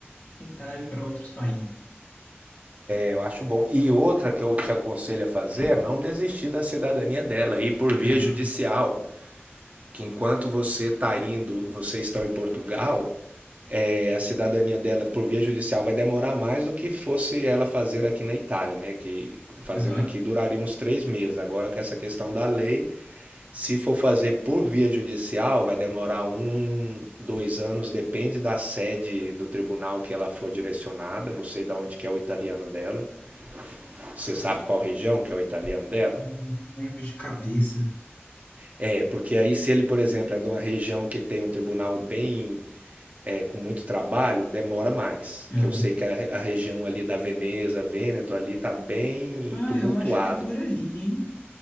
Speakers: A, on the left (about 45°); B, on the right (about 35°).
A: tentar ir para outros países.
B: Eu acho bom. E outra que eu te aconselho a fazer é não desistir da cidadania dela, ir por via
A: Aham.
B: judicial. Que enquanto você está indo, vocês estão em Portugal, é, a cidadania dela por via judicial vai demorar mais do que fosse ela fazer aqui na Itália, né? Que fazendo
A: Aham.
B: aqui duraria uns três meses. Agora com essa questão da lei, se for fazer por via judicial, vai demorar um, dois anos, depende da sede do tribunal que ela for direcionada. Não sei de onde que é o italiano dela você sabe qual região que é o italiano dela?
A: Eu não lembro de cabeça.
B: É, porque aí se ele, por exemplo, é de uma região que tem um tribunal bem, é, com muito trabalho, demora mais.
A: Aham.
B: Que eu sei que a, a região ali da Veneza, Vêneto, ali tá bem
A: Ah,
B: tumultuado.
A: eu acho que é por ali, hein?